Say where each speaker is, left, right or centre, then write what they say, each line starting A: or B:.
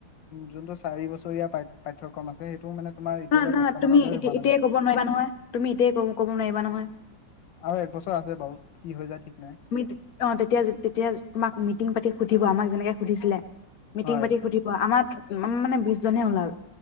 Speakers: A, on the left; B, on the left.
A: যোনটো চাৰি বছৰীয়া পাঠ্যক্ৰম আছে সেইটো মানে তোমাৰ এতিয়ালৈ
B: নহ নহ
A: বৰ্তমানলৈ
B: তুমি এতিয়া
A: হোৱা
B: এতিয়াই
A: নাজানে।
B: কব নোৱাৰিবা নহয় তুমি এতিয়াই ক কব নোৱাৰিবা নহয়
A: আৰু একবছৰ আছে বাৰু কি হৈ যায় ঠিক নাই
B: তুমি অ তেতিয়া তেতিয়া তোমাক মিটিং পাতি সুধিব আমাক যেনেকে সুধিছিলে মিটিং
A: হয়
B: পাতি সুধিব আমাক উ মানে বিশ জনে ওলাল